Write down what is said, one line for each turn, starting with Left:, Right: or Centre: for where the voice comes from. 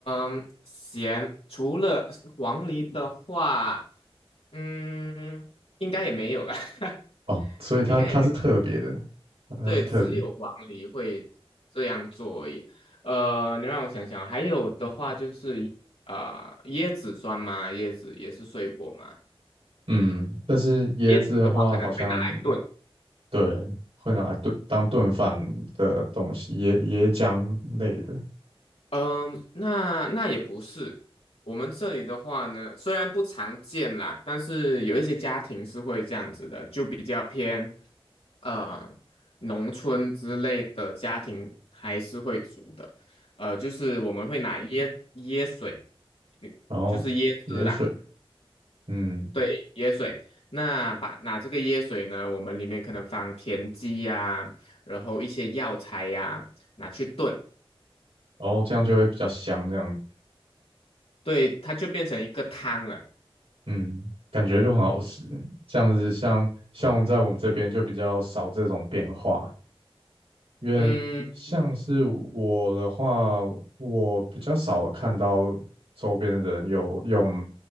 Left: 嗯、咸除了黄梨的话，嗯，应该也没有了，<laughs>
Right: 哦，所以它它是特别的，
Left: 应该也没有了
Right: 它是特别。
Left: 对，只有黄梨会这样做而已。呃，你让我想想哦，还有的话就是呃，椰子酸吗？椰子也是水果吗？
Right: 嗯，但是椰子的话，
Left: 椰子的话可能会拿来炖。
Right: 好像对会拿来炖当炖饭的东西，椰椰浆类的，
Left: 嗯，那那也不是。我们这里的话呢，虽然不常见啦，但是有一些家庭是会这样子的，就比较偏呃农村之类的家庭还是会煮的。呃，就是我们会拿椰椰水，嗯就是椰汁啦，
Right: 然后椰水，嗯，
Left: 对，椰水。那把拿这个椰水呢，我们里面可能放田鸡呀、然后一些药材呀、拿去炖，
Right: 然后这样就会比较香，这样子，
Left: 对，它就变成一个汤了。
Right: 嗯，感觉就很好吃。这样子像像在我们这边就比较少这种变化，因为像是我的话，
Left: 嗯，
Right: 我比较少看到周边的人有用